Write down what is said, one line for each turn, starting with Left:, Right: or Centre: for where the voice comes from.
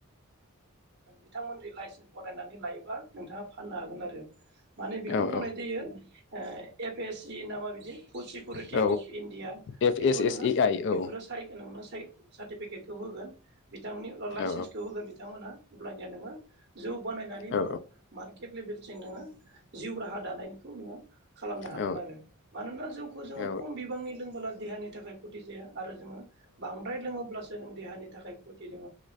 Right: बिथांमोनजों लाइसेन्स बनायनानै लायोब्ला नोंथाङा फाननो हागोन आरो। माने बेखौ
Left: औ
Right: बुंनाय
Left: औ
Right: जायो ओ एफ एस सि ना मा बिदि फुड security
Left: औ
Right: of India
Left: F
Right: बेखौ
Left: S एस
Right: नोङो
Left: ए आइ
Right: बेफोरो
Left: औ
Right: साय नोंनो स साइ सार्टिफिकेटखौ होगोन बिथांमोननि लाइसेन्सखौ
Left: औ
Right: होगोन बिथांमोनहा अब्लानिया नोङो जौ बानायनानै
Left: औ
Right: नोङो मार्केट लेभेलसिम नोङो जिउ राहा दानायनिखौ नोङो खालामनो हागोन
Left: औ
Right: आरो मानोना जौखौ जोङो
Left: औ
Right: खम बिबांनि लोंबोला देहानि थाखाय खथि जाया आरो जोङो बांद्राय लोङोब्लासो नों देहानि थाखाय खथि दङ।